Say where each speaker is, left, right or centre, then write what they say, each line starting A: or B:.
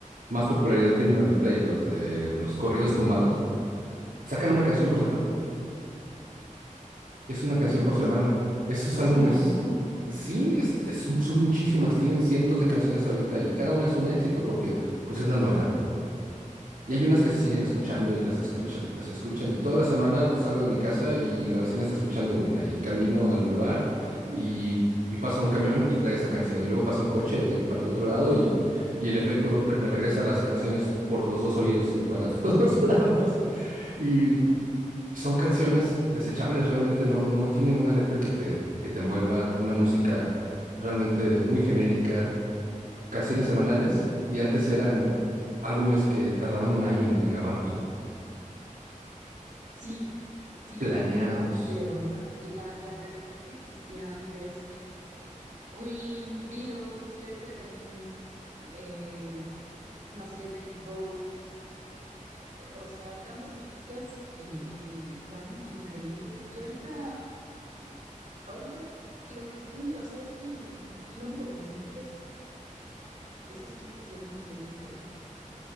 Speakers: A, on the right (about 90°); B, on the right (about 70°).
A: más popularidad tienen ahorita, y los de los corridos tumbados, sacan una canción por semana. Es una canción
B: Dios,
A: por semana. Esos
B: es
A: álbumes,
B: un montón.
A: sí, es- es- es- son muchísimas, tienen cientos de canciones ahorita y cada una es un éxito porque pues es la novedad. Y hay unas que se siguen escuchando y las escuchan y las escuchan. Y toda la semana salgo de mi casa y la vecina está escuchando una. Y camino al bulevar
B: <laughs>
A: y, y pasa un camión y trae esa canción. Y luego pasa un coche del- para el otro lado y, y el efecto Doppler me regresa las canciones por los dos oídos y para <laughs> todos lados. Y son canciones desechables, realmente no, no tienen una letra que te, que te envuelva, una música realmente muy genérica. Canciones semanales y antes eran álbumes que tardaban un año en en grabarlos, ¿no?
B: Sí, sí,
A: Planeados.
B: definitivamente. o- a- La, la calidad que existía antes, Queen, Beatles, Led Zeppelin, eh, no sé, David Bowie, eh, o sea, hay tantos artistas eh, eh, tan increíbles y ahorita, ahorita lo que, que- o sea, es que lo, lo único que les importa es esos 15 segundos de TikTok,